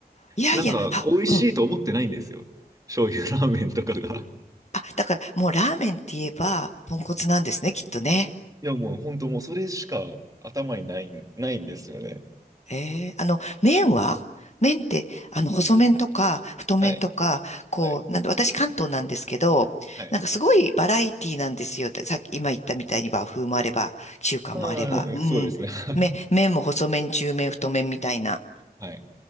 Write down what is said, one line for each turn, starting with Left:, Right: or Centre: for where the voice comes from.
Left: いやいや、
Right: なんか、
Left: あ、
Right: 美味しいと思ってないんですよ。
Left: うん。
Right: 醤油ラーメンとかが。
Left: あ、だから、もうラーメンって言えば、豚骨なんですね、きっとね。
Right: いや、もう本当もうそれしか頭にない、ないんですよね。
Left: ええあの、麺は麺って、あの、細麺とか、太麺とか、
Right: はい。
Left: こう、
Right: はい。
Left: なんで、私関東なんですけど、
Right: はい。
Left: なんかすごいバラエティなんですよ。さっき、今言ったみたいに和風もあれば、中華もあれば、
Right: うん、
Left: うん。
Right: そうですね。はい。
Left: め、麺も細麺、中麺、太麺みたいな。
Right: はい。